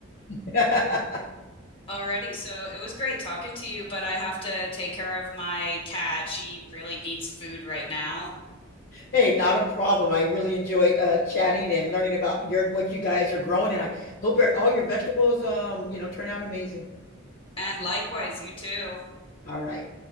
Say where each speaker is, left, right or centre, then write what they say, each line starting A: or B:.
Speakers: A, on the left; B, on the left.
A: <laughs>
B: <laughs> Already. so it was great talking to you, but I have to take care of my cat. She really needs food right now.
A: Hey, not a problem. I really enjoyed uh, chatting and learning about your what you guys are growing, and I hope e-, all your vegetables, um, you know, turn out amazing.
B: And likewise, you too.
A: All right.